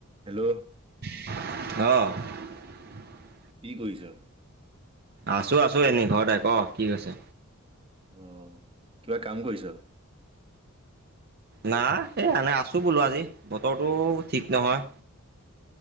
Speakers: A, on the right; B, on the right.
A: Hello.
B: অ।
A: কি কৰিছা?
B: আছো, আছো এনেই ঘৰতে। ক, কি হৈছে?
A: অ', কিবা কাম কৰিছ?
B: না সেই আ নাই আছো বোলো আজি বতৰটো ঠিক নহয়।